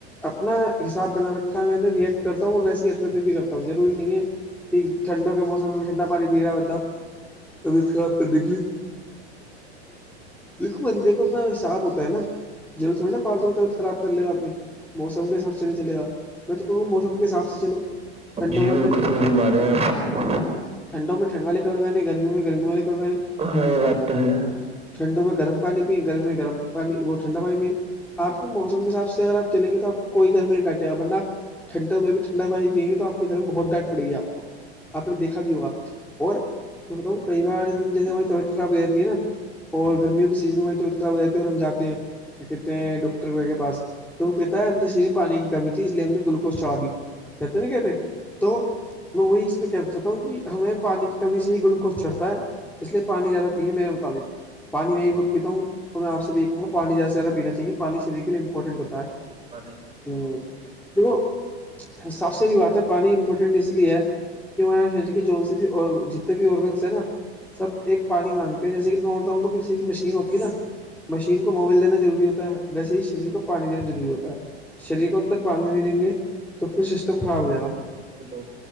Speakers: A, in the centre; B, on the right.
A: اپنا حساب بنا رکھا ہے میں نے رییکٹ کرتا ہوں اور ویسی حرکتیں بھی کرتا ہوں ضروری نہیں ہے ٹھنڈوں کے موسم میں بھی ٹھنڈا پانی پی رہا ہے بندہ طبیعت خراب کرنے کے لی دیکھو بندے کو اپنا رساب ہوتا ہے نا ضور تھوڑ ن پال د گا تو خراب کر لے گا اپنی موسم کے حساب سے نہیں چلے گا میں تو کہوں گا موسم کے حساب سے چلو ٹھنڈوں
B: جی
A: میں
B: بالکل سم رہے ہیں آپ
A: ٹھڈوں میں ٹھڈ والے کڑوئے ہیں گرمی میں گمی والے کڑوے ہیں
B: ہاں یہ بات تو ہے
A: ٹھنڈوں میں گرم پانی پییں گرم میں گم پانی بہت ٹھنڈا پانی پئیں آپ کو موسم کے حساب سے اگر آپ چلیں گے تو آ کوئی گھر میں نہیں ڈٹے گا ورنہپ ٹنڈوں میں بھی ٹھڈا پانی پئیں گ توپ گ سر میں بہ ڈر پے گی آپ کو آپ نے دیکھا بھی ہوگا اور میں بتاؤ کئی بار ہم جیسے ہمارے طبیعت خراب ہو جاتی ہے نا اور گرمیوں کے سیزن میں ہم طبیت خراب ہو جاتی ہے اور ہم جاتے ہیں کیا کہتے ہیں ڈاکٹر کے پاس تو وہ کہتا ہے اندر سےرف پانی کی کمی تھی اس لیے ہم نے گلوکوز چڑھا دی کہتے ن کہتے تو میں وہی اس پہ کہنا چاہتا ہوں کہ ہمیں پانی کی کمی سے ہی گلوکوز چڑھتا ہے اس لیے پانی زیادہ پیے میرے مطابق پانی وہ بہت پیتا ہوں تو میں آ سے بھی یہ کہوں گا پانی زیادہ سے زیادہ پینا چاہیے پانی شر کےے امپورٹنٹ ہوتا ہے
B: اے
A: ہ دیکھو ساف سری بات ہے پانی امپورٹینٹ اس لیے ہے کہ ہمارے شریر کے جون سے بھی آ جتنے بھی آرگنس ہیں نا سب ایک پانی مانگتے ہیں جیسے کہ نوڑتا تو ج کی مشین ہوتی ہے نا مشین کو مول دینا ضروری ہوتا ہے ویسے ہی شریر کو پانی دینا ضروری ہوتا ہے شریر کو اندر پانی نہیں دیں گے تو پھر سسٹم خراب ہو جائے گا
B: ہیلو